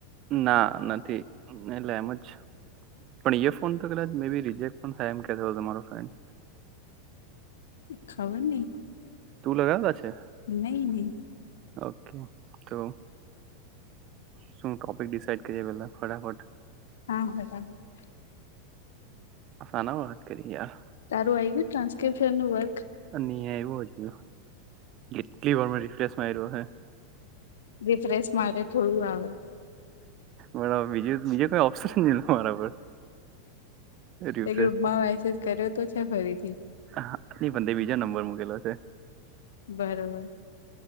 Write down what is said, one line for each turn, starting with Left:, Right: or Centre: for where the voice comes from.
Right: ના નથી એટલે એમ જ. પણ એ ફોન તો કદાચ મે બી રીજેક્ટ પણ થાય એમ કેતો તમારો ફ્રેન્ડ.
Left: ખબર નઈ.
Right: તું લગાવે છે?
Left: નહી નહી.
Right: ઓકે તો શું ટોપિક ડિસાઇડ કર્યા પેલા ફટાફટ?
Left: હા ફટાફટ.
Right: શાના માં વાત કરીઆ?
Left: તારું આ ગયું ટ્રાન્સક્રિપ્શન નું વર્ક?
Right: નહી આવ્યો હજુ કેટલી વાર મે રિફ્રેશ માર્યો હે.
Left: રિફ્રેશ માટે થોડું આવે.
Right: બરાબર બીજું બીજું કોઈ ઓપ્શન નઈ મારા પર. રિફ્રેશ
Left: એ ગ્રુપમાં મેસેજ કર્યો તો છે ફરી
Right: હ ની પણંદે બીજો નંબર મૂકેલો છે
Left: બરોબર